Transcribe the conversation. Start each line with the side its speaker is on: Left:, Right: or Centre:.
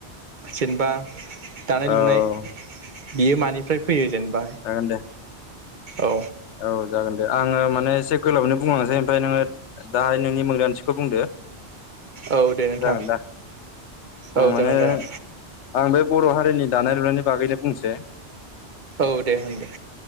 Right: जेनबा दानाय
Left: औ
Right: लुनाय बियो मानिफ्राय फैयो जेनबा
Left: जागोन दे
Right: औ।
Left: औ जागोन दे आङो माने एसे गोलावैनो बुंलांसै ओमफाय नोङो दाहाय नोंनि मोनदांथिखौ बुंदो।
Right: औ दे नोंथां
Left: जागोन दा? ओं
Right: औ
Left: माने
Right: जागोन जागोन
Left: आं बे बर' हारिनि दानाय लुनायनि बागैनो बुंसै।
Right: औ दे होन दे।